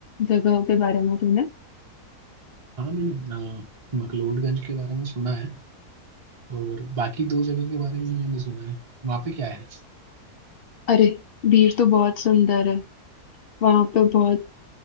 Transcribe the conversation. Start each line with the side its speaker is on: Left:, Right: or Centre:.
Left: जगहों के बारे में तूने
Right: हाँ मैंने अ, मकलोडगंज के बारे में सुना है और बाकी दो जगह के बारे में मैंने सुना है वहाँ पे क्या है
Left: अरे बीर तो बहुत सुंदर है वहां पर बहुत